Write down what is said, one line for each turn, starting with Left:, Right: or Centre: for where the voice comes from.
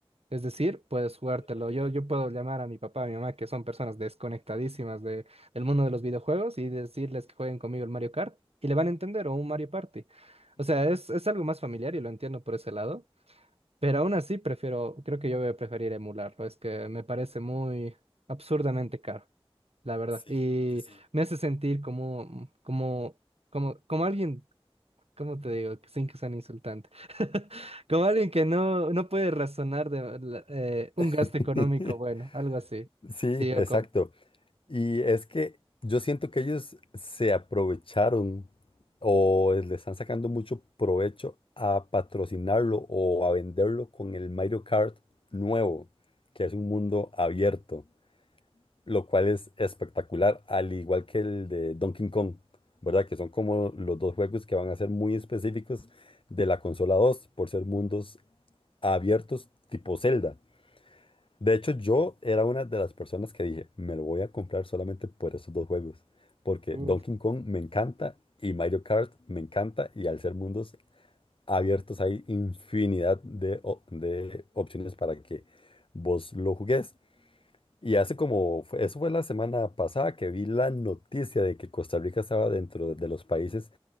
Right: Es decir, puedes jugártelo.
Left: Completamente.
Right: Yo, yo puedo llamar a mi papá, a mi mamá, que son personas desconectadísimas de, del mundo de los videojuegos, y decirles que jueguen conmigo el Mario Kart, y le van a entender, o un Mario Party.
Left: Ujú.
Right: O sea, es, es algo más familiar y lo entiendo por ese lado, pero aún así prefiero, creo que yo voy a preferir emularlo, es que me parece muy absurdamente caro la verdad.
Left: Sí,
Right: Y
Left: sí, sí.
Right: me hace sentir como, como, como, como alguien, ¿cómo te digo? Sin que sean insultante. <laughs> Como alguien que no, no puede razonar de la- eh, un
Left: <laughs>
Right: gasto económico, bueno, algo así.
Left: Sí,
Right: Sí, yo
Left: exacto.
Right: compro.
Left: Y es que yo siento que ellos se aprovecharon o le están sacando mucho provecho a patrocinarlo o a venderlo con el Mario Kart nuevo, que es un mundo abierto, lo cual es espectacular, al igual que el de Donkey Kong, ¿verdad? Que son como los dos juegos que van a ser muy específicos de la consola 2 por ser mundos abiertos tipo Zelda. De hecho, yo era una de las personas que dije, me lo voy a comprar solamente por esos dos juegos, porque
Right: Uf.
Left: Donkey Kong me encanta y Mario Kart me encanta y al ser mundos abiertos hay infinidad de, o- de opciones para que vos lo jugues. Y hace como, fue- eso fue la semana pasada que vi la noticia de que Costa Rica estaba dentro de los países